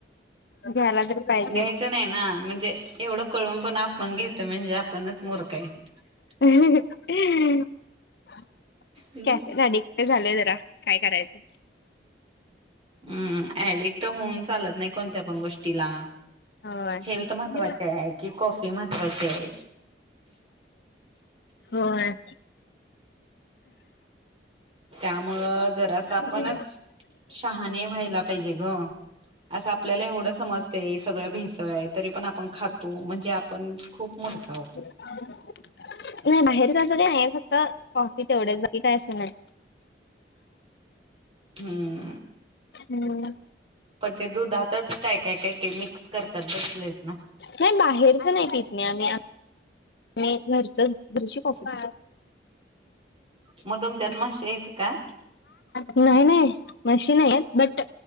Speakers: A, on the left; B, on the right.
A: घ्यायला तर पाहिजेच
B: ह घ्यायचं नाही ना म्हणजे एवढं कळून पण आपण घेतोय म्हणजे आपणच मुर्ख आहे. ह
A: <unintelligible> <inaudible>
B: हम्म
A: कॅफे अडिक्ट झाले जरा काय करायचं
B: हम्म ऍडिक्ट होऊन चालत नाही कोणत्या पण गोष्टीला
A: होय
B: हेल्थ महत्त्वाचे आहे की कॉफी महत्त्वाची आहे?
A: होय
B: त्यामुळं जरा असं आपणच
A: होय
B: शहाणे व्हायला पाहिजे ग. असं आपल्याला एवढं समजत सगळं भेसळ आहे तरी पण आपण खातो म्हणजे आपण खूप मरत आहोत
A: नाही बाहेर अस काय नाही आहे फक्त कॉफी तेवढेच बाकी काय असं नाही
B: हम्म
A: हम्म
B: पण ते दूधातच काय काय काय काय मिक्स करतात बघितलेस ना
A: नाही बाहेरच नाही पित मी आम्ही मी घरचं दुध <unintelligible>
B: मग तुमच्यात म्हशी आहेत का?
A: नाही नाही म्हशी नाही बट